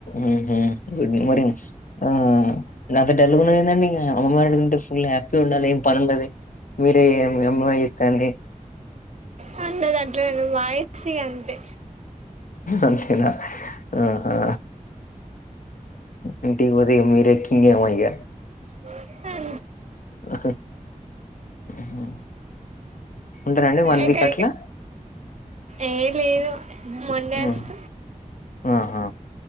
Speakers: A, on the left; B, on the right.
A: ఉహు గుడ్ మార్నింగ్ ఆ అంత డల్ గా ఏందండి అమ్మమ్మ వాళ్ళ ఇంటికాడ ఉంటే ఫుల్ హ్యాపీగా ఉండాలి ఏం పని ఉండదు మీరే మీ అమ్మమ్మ చెస్తాంది
B: ఆ ఉండది అట్లాంనే నా వాయిస్ ఇగ అంతే
A: అంతేనా ఆహా ఇంటికి పోతే ఇగ మీరే కింగ్ ఏమో ఇగ
B: ఉ ఆ
A: ఆ హా ఉంటారండి వన్
B: ఎక్కడికి
A: వీక్ అట్లా
B: ఏ లేదు మండే
A: హ్మ్.
B: వస్త
A: ఆహా